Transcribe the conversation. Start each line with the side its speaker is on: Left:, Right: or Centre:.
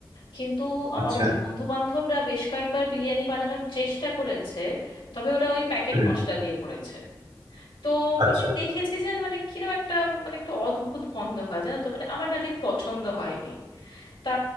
Left: কিন্তু আমার
Right: আচ্ছা
Left: বন্ধু বান্ধবরা বেশ কয়েকবার বিরিয়ানি বানানোর চেষ্টা করেছে তবে ওরা ওই প্যাকেট
Right: হুম,
Left: মশলা দিয়ে করেছে তো
Right: আচ্ছা
Left: আমি দেখেছি যে মানে কিরকম একটা মানে একটু অদ্ভুত গন্ধ হয় জানো তো মানে আমার না ঠিক পছন্দ হয়নি তা